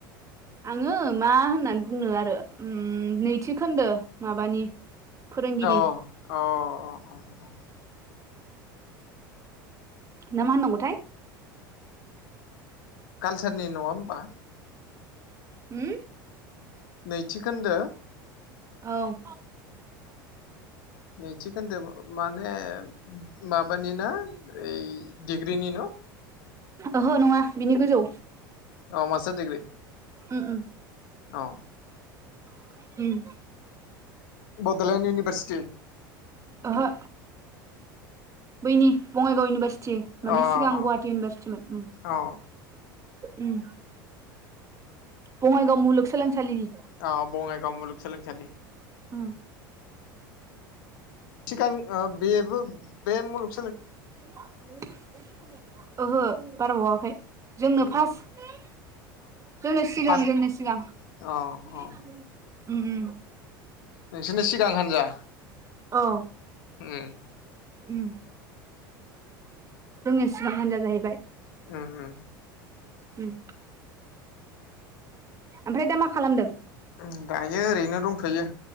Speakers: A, on the right (about 25°); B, on the left (about 65°).
A: आङो मा होननानै बुंनो आरो ओम नैथि खोन्दो माबानि फोरोंगिरि
B: अ अ अ अ। <inaudible>
A: ना मा होननांगौथाय।
B: कालसारनि नङा होमबा?
A: उम।
B: नैथि खोन्दो?
A: औ।
B: नैथि खोन्दो माने माबानि ना ओइ डिग्रिनि न'?
A: ओहो नंङा बिनि गोजौ।
B: औ मास्टार डिग्रि?
A: उम उम
B: औ।
A: उम।
B: बड'लेण्ड इउनिभारसिटि
A: ओहो। बैनि बंङाइगाव इउनिभारसि टि माने
B: अ
A: सिगां
B: अ
A: गुवाहाटि इउनिभारसिटिमोन उम
B: औ
A: उम। बंङाइगाव मुलुगसोलोंसालिनि।
B: औ बंङाइगाव मुलुगसोलोंसालि।
A: उम।
B: सिगां ओ बेबो बे मुलुग
A: <unintelligible> ओहो बाराबावाखै जोंनो
B: उम
A: फार्स्ट जोंनो सिगां
B: फार्स्ट
A: जोंनो सिगां उम
B: अ अ
A: उम।
B: नोंसोरनो सिगां हान्जा?
A: औ।
B: उम।
A: उम। जोंनो सिगां हान्जा जाहैबाय।
B: उम उम।
A: उम। ओमफ्राय दा मा खालामदों?
B: उम दायो ओरैनो दंथ'यो।